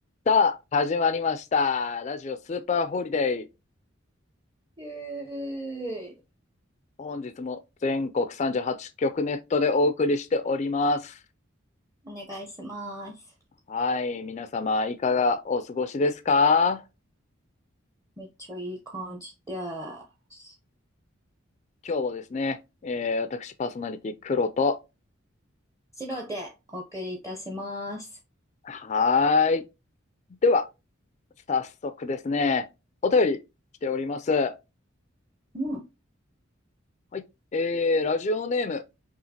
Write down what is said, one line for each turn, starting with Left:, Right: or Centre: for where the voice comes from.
Left: さあ、始まりました。ラジオスーパーホリデー。
Right: えー
Left: 本日も全国38局ネットでお送りしております。
Right: お願いします。
Left: はい、皆様いかがお過ごしですか
Right: めっちゃいい感じです。
Left: 今日もですね、えー、私パーソナリティ黒と、
Right: 白でお送りいたします。
Left: はーい。では、早速ですね、お便り来ております。は
Right: うん、
Left: い、えー、ラジオネーム、